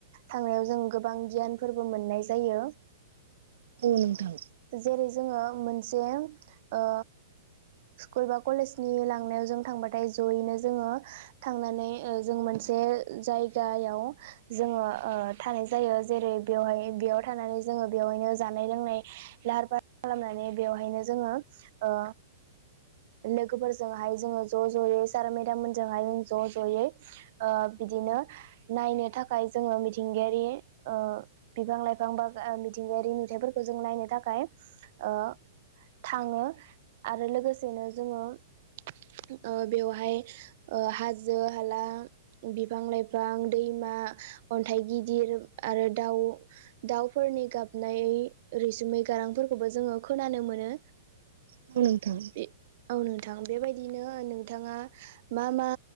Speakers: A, on the right; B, on the right.
A: थांनायाव जों गोबां गियानफोरबो मोननाय जायो
B: औ नोंथां
A: जेरै जोङो मोनसे ओ स्कुल बा कलेजनि लांनायाव जों थांबाथाय जयैनो जोङो थांनानै ओ जों मोनसे जायगायाव जोङो ओ थानाय जायो जेरै बेवहाय बेयाव थानानै जोङो बेवहायनो जानाय लोंनाय लाहार फाहार खालामनानै बेवहायनो जोङो ओ लोगोफोरजोंहाय जोङो ज' ज'यै सार मेदाम मोनजोंहाय जों ज' ज'यै ओ बिदिनो नायनो थाखाय जोङो मिथिंगायारि ओ बिफां लाइफां बा मिथिंगायारि नुथायाइफोरखौ जों नायनो थाखाय ओ थाङो आरो लोगोसेनो जोङो ओ बेवहाय हाजो हाला बिफां लाइफां दैमा अन्थाइ गिदिर आरो दाउ दाउफोरनि गाबनाय ओ रैसुमै गारांफोरखौबो जोङो खोनानो मोनो
B: <unintelligible> नोंथां
A: बे औ नोंथां बेबायदिनो नोंथाङा मा मा